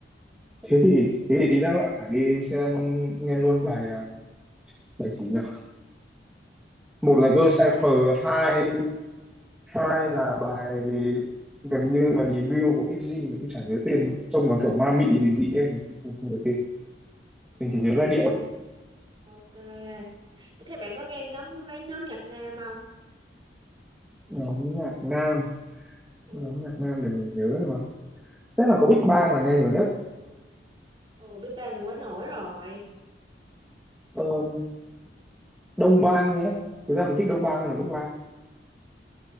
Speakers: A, in the centre; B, on the right.
A: thế thì thế thì tí nữa bạn phải đi xem nghe luôn bài à, bài gì nhỉ một là Girl
B: Không
A: Cipher
B: nhớ luôn.
A: hai hai là bài gần như là debut của EXY mình cũng chả nhớ tên trông nó kiểu ma mị gì dị ấy mình không, không, không nhớ tên
B: Ừ,
A: mình chỉ nhớ giai điệu thôi.
B: ok. ok. Ủa, Thế bạn có nghe nhóm mấy nhóm nhạc nam không?
A: nhóm nhạc nam
B: Ừ,
A: nhóm nhạc nam để mình nhớ thôi mà chắc là có Big Bang là nghe nhiều
B: ừ Big Bang là quá nổi rồi.
A: nhất Đông Bang nữa thực ra mình thích Đông Bang hay là Bắc Bang